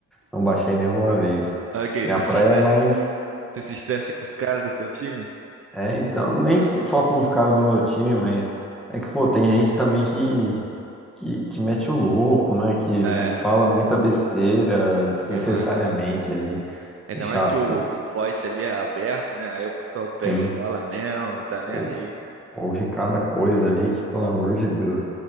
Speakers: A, in the centre; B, on the right.
A: não baixei nenhuma vez.
B: Ah, Ok,
A: Minha
B: você
A: praia
B: se estressa,
A: é mais.
B: você se estressa com os caras do seu time?
A: É, então, nem s- só com os caras do meu time, mas é que, pô, tem gente também que, que, que mete o louco, né? Que
B: É,
A: fala muita besteira desnecessariamente
B: demais.
A: ali.
B: Ainda
A: É chato,
B: mais que o, o voice ali é aberto, né? Aí o pessoal pega
A: sim.
B: e fala mesmo e tá nem
A: Ou,
B: aí.
A: ouve cada coisa ali que, pelo amor de Deus.